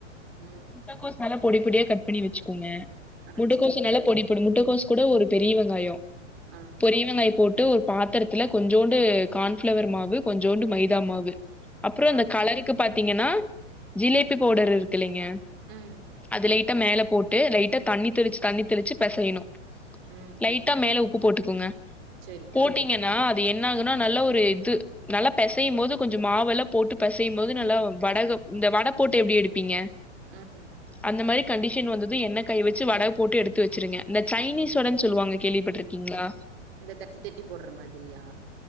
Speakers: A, on the right (about 50°); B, in the centre.
A: ம்
B: முட்டைகோஸ் நல்லா பொடி பொடியா கட் பண்ணி வச்சிக்கோங்க
A: ஆ
B: முட்டுகோசுனால
A: சேரி
B: பொடி பொடி முட்டைக்கோசு கூட ஒரு பெரிய வெங்காயொ
A: அ
B: பெரிய வெங்காயொ போட்டு ஒரு பாத்திரத்துல கொஞ்சோண்டு கான்ஃப்ளவர் மாவு கொஞ்சோண்டு மைதா மாவு அப்புற
A: கான்
B: அந்த கலருக்கு பாத்தீங்கனா ஜிலேபி பவுடர் இருக் க்கலேங்க
A: ம்
B: அது லைட்டா மேல போட்டு லைட்டா தண்ணி தெளிச்சு தண்ணி தெளிச்சு பெசையணு
A: ம்
B: லைட்டா மேல உப்பு போட்டுக்கோங்க
A: சேரி
B: போட்டீங்கனா
A: ஆ
B: அது என்ன ஆகுனா நல்ல ஒரு இது நல்லா பெசையு போது கொஞ்ச மாவெல்லா போட்டு பெசையு போது நல்லா வடக இந்த வட போட்டு எப்டி எடுப்பீங்க
A: ம்
B: அந்த மாரி கண்டிஷன் வந்தது என்ன காய் வச் ச்சி வட போட்டு எடுத்து வச்சிருங்க இந்த சைனீஸ் வடன் சொல்லுவாங்க கேள்விப்பட்ருக்கீங்களா
A: இந்த தட்டி தட்டி போடுற மாதிரியா